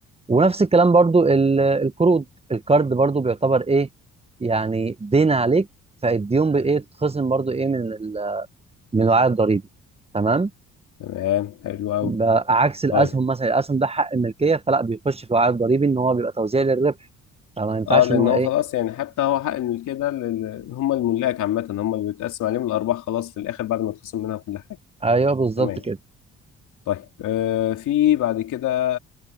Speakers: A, on the right (about 20°); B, on the left (about 80°).
A: ونفس الكلام برضو ال- القروض القرض برضو بيعتبر ايه يعني دين عليك فالديون بايه تتخصم برضو ايه من ال- من الوعاء الضريبي تمام
B: تمام حلو أوي
A: بقى عكس الاسهم
B: طيب
A: مثلا الاسهم ده حق الملكيه فلا بيخش في وعاء ضريبي ان هو بيبقى توزيع للربح فما ينفعش
B: اه لان
A: ان هو
B: هو
A: ايه
B: خلاص يعني حتى هو حق الملكيه ده لل- هم الملاك عامه هم اللي بيتقسم عليهم الارباح خلاص في الاخر بعد ما تخصم منها كل حاجه
A: ايوه بالظبط
B: تمام
A: كده
B: طيب آه، في بعد كده